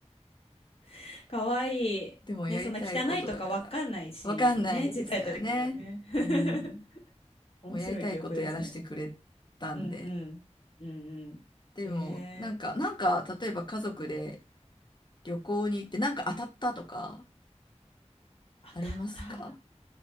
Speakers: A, on the left; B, on the left.
A: <laughs> かわいい。
B: でもやりたいことだから、
A: ね、そんな汚いとかわかんないし、
B: わかんないですからね。
A: ね、ちっちゃい時はね。<laughs>
B: うん。
A: 面白い記憶ですね。
B: もうやりたいことやらせてくれたんで。
A: うんうん。うんうん。
B: でも、
A: えー、
B: なんか、なんか、例えば家族で旅行に行って、なんか当たったとか、
A: 当たった。
B: ありますか